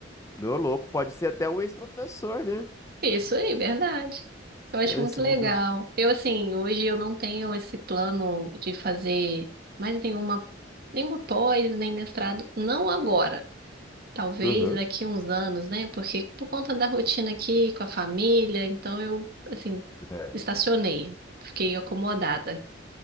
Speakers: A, on the left; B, on the right.
A: Meu louco, pode ser até um ex-professor, né?
B: Isso aí, verdade. Eu acho
A: Nesse
B: muito legal.
A: mundo.
B: Eu, assim, hoje eu não tenho esse plano de fazer mais nenhuma, nenhuma pós, nem mestrado, não agora. Talvez
A: Aham.
B: daqui uns anos, né? Porque por conta da rotina aqui com a família, então eu, assim,
A: é.
B: estacionei, fiquei acomodada.